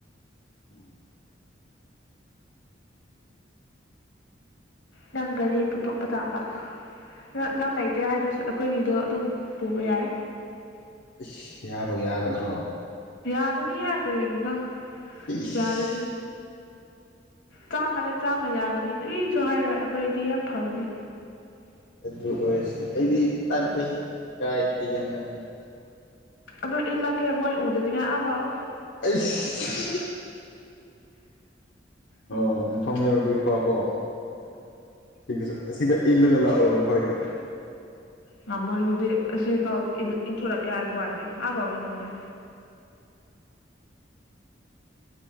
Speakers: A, on the left; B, on the left.
A: ꯎꯝ
B: ꯅꯪ ꯒꯥꯔꯤ ꯄꯨꯊꯣꯛꯄ ꯇꯥꯕ ꯅꯪ ꯅꯪ ꯂꯩꯇꯦ ꯍꯥꯏꯗ꯭ꯔꯁꯨ ꯑꯩꯈꯣꯏꯒꯤꯗꯣ ꯑꯗꯨꯝ ꯄꯨꯕ ꯌꯥꯏ
A: ꯢꯁ ꯌꯥꯕꯨ ꯌꯥꯒꯗ꯭ꯔꯣ
B: ꯌꯥꯒꯅꯤꯍꯦ ꯀꯔꯤꯒꯤꯅꯣ
A: ꯏꯁ
B: ꯌꯥꯒꯅꯤ ꯆꯥꯝꯃꯗ ꯆꯥꯝꯃ ꯌꯥꯒꯅꯤ ꯀꯔꯤꯁꯨ ꯍꯥꯏꯔꯣꯏ ꯑꯩꯈꯣꯏꯗꯤ ꯌꯥꯝ ꯐꯕꯅꯦ
A: ꯑꯗꯨ ꯑꯣꯏꯔꯁ ꯑꯩꯗꯤ ꯇꯜꯂꯦꯍꯦ ꯢꯀꯥꯏ ꯊꯤꯒꯟꯕꯅꯦꯅ
B: ꯑꯗꯣ ꯏꯜꯂꯛꯀꯦ ꯃꯣꯏ ꯎꯗꯅꯤꯡꯉꯥꯢ ꯑ ꯐꯥꯎ
A: ꯑꯩꯁ ꯑꯣ ꯃꯐꯝ ꯌꯧꯗ꯭ꯔꯤ ꯑꯣ ꯍꯣ ꯁꯤꯗꯁꯨ ꯑꯁꯤꯗ ꯏꯜꯂꯒ ꯂꯥꯛꯑꯣ ꯑꯩꯈꯣꯏꯗ
B: ꯉꯝꯃꯣꯏ ꯑꯗꯨꯗꯤ ꯑꯁꯤꯐꯥꯎ ꯢꯟ ꯏꯟꯊꯣꯔꯛ ꯀꯦ ꯍꯥꯢꯕ ꯋꯥꯅꯦ ꯑꯕꯥꯎꯗꯤ ꯉꯝꯃꯣꯢ